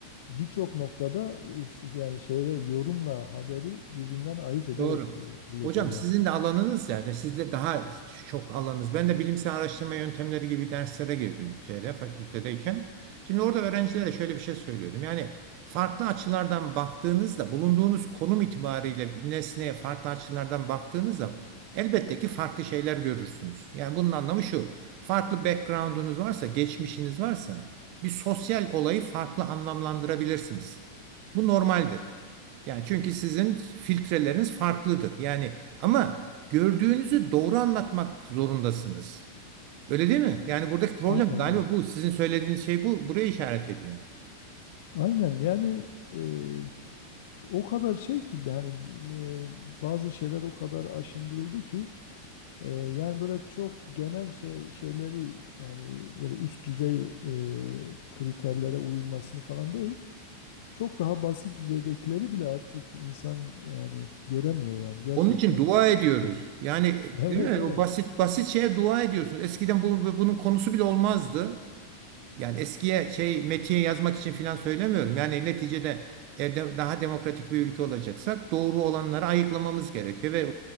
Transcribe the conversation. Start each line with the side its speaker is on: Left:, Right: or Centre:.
Left: birçok noktada e, s- yani şeyle yorumla haberi birbirinden ayırt ederek
Right: Doğru.
Left: e, hallediyorlar.
Right: Hocam sizin de alanınız yani sizde daha çok alanınız. Ben de bilimsel araştırma yöntemleri gibi derslere girdim şeyde fakültedeyken. Şimdi orada öğrencilere şöyle bir şey söylüyordum. Yani farklı açılardan baktığınızda bulunduğunuz konum itibariyle bir nesneye farklı açılardan baktığınızda elbette ki farklı şeyler görürsünüz. Yani bunun anlamı şu. Farklı background'unuz varsa, geçmişiniz varsa bir sosyal olayı farklı anlamlandırabilirsiniz. Bu normaldir. Yani çünkü sizin filtreleriniz farklıdır. Yani ama gördüğünüzü doğru anlatmak zorundasınız. Öyle değil mi? Yani buradaki problem
Left: Aynen
Right: galiba
Left: evet.
Right: bu. Sizin söylediğiniz şey bu. Buraya işaret ediyor.
Left: Aynen yani e, o kadar şey ki yani e, bazı şeyler o kadar aşındırıldı ki e, yani böyle çok genel şey şeyleri yani böyle üst düzey e, kriterlere uyulmasını falan değil. Çok daha basit düzeydekileri bile artık insan yani göremiyor yani gerçekten.
Right: Onun için dua ediyoruz.
Left: Çok.
Right: Yani e,
Left: Evet
Right: değil mi?
Left: evet.
Right: O basit basit şeye dua ediyorsunuz. Eskiden bu, bunun konusu bile olmazdı. Yani eskiye şey metiye yazmak için filan söylemiyorum. Yani neticede e, de- daha demokratik bir ülke olacaksak doğru olanları ayıklamamız gerekiyor ve